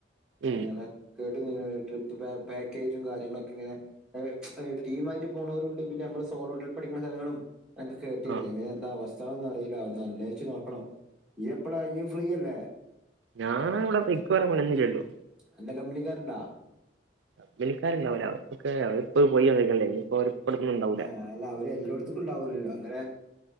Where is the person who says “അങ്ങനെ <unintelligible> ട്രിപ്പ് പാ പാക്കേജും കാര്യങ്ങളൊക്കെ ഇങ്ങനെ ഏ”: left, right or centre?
Centre